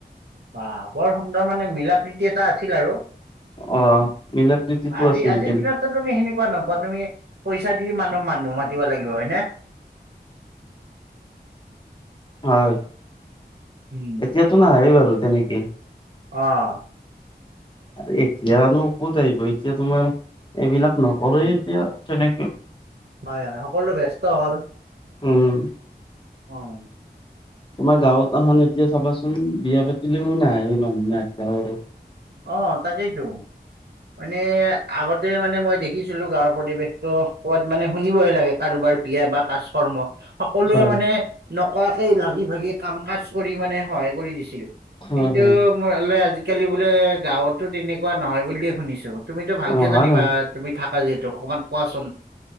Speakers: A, on the right; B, on the left.
A: বা বৰ সুন্দৰ মানে। মিলা প্ৰীতি এটা আছিল আৰু
B: অ মিলা প্ৰীতিটো
A: আজি
B: আছিল
A: আজিৰ
B: তেনে
A: দিনত তুমি সেনেকুৱা নোপোৱা তুমি পইচা দি মানুহ মানুহ মাতি লাগিব হয় নে?
B: হয়
A: উম।
B: এতিয়াতো নাহেই বাৰু তেনেকে।
A: অ'
B: আৰু এতিয়ানো ক'ত আহিব এতিয়া তোমাৰ এইবিলাক নকৰে
A: উম।
B: এতিয়া তেনেকে।
A: হয় -হয় সকলো ব্যস্ত হল।
B: উম।
A: হয়।
B: তোমাৰ গাঁৱত আহান এতিয়া চাবাচোন বিয়া পাতিলেও নাই মানুহ নাই গাঁৱৰো
A: অ' তাকেইটো মানে আগতে মানে মই দেখিছিলো গাঁৱৰ পৰিৱেশ। ত পোৱাত মানে শুনিবহে লাগে কাৰোবাৰ বিয়া বা কাজ কৰ্ম সকলোৱে
B: হয়
A: মানে। নকোৱাকেই লাগি ভাগি কাম কাজ কৰি মানে সহায় কৰি দিছিল।
B: হয়
A: কিন্তু
B: হয়
A: মই হ'লে আজিকালি বোলে গাঁৱতো তেনেকুৱা নহয় বুলিয়ে শুনিছো তুমিতো ভালকে
B: নহয়
A: জানিবা।
B: ন
A: তুমি থাকা যিহেতু অকণমান কোৱাচোন?